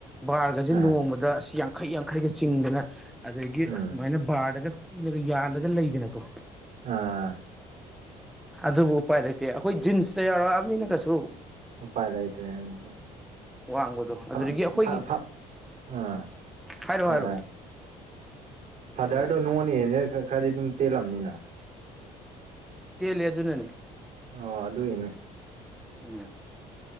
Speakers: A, in the centre; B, on the right (about 65°).
A: ꯕꯥꯔꯒꯁꯦ
B: ꯑꯥ
A: ꯅꯣꯡꯃꯗ ꯑꯁ ꯌꯥꯡꯈꯩ ꯌꯥꯡꯈꯩꯒ ꯆꯤꯡꯗꯅ ꯑꯗꯒꯤ
B: ꯎꯝ
A: ꯑꯁꯨꯃꯥꯏꯅ ꯕꯥꯔꯗꯒ ꯀꯨꯏꯅꯥꯒ ꯌꯥꯜꯂꯒ ꯂꯩꯗꯅꯀꯣ
B: ꯑꯥ
A: ꯑꯗꯨꯕꯨ ꯎꯄꯥꯏ ꯂꯩꯇꯦ ꯑꯩꯈꯣꯏ ꯖꯤꯟꯁꯇ ꯌꯥꯎꯔꯛꯑꯕꯅꯤꯅ ꯀꯩꯁꯨ
B: ꯎꯄꯥꯏ ꯂꯩꯇꯔꯦ <unintelligible>
A: ꯋꯥꯡꯕꯗꯣ ꯑꯗꯨꯗꯒꯤ ꯑꯩꯈꯣꯏꯒꯤ ꯍꯥꯏꯔꯣ ꯍꯥꯏꯔꯣ
B: ꯊꯥꯗꯔꯗꯣ
A: ꯑꯣ
B: ꯅꯉꯣꯟꯅ ꯍꯦꯟꯅ ꯈ ꯈꯔꯗꯤ ꯑꯗꯨꯝ ꯇꯦꯜꯂꯝꯅꯤꯅ
A: ꯇꯦꯟꯂꯦ ꯑꯗꯨꯅꯅꯦ
B: ꯑꯣ ꯑꯗꯨꯏꯅꯦ
A: ꯎꯝ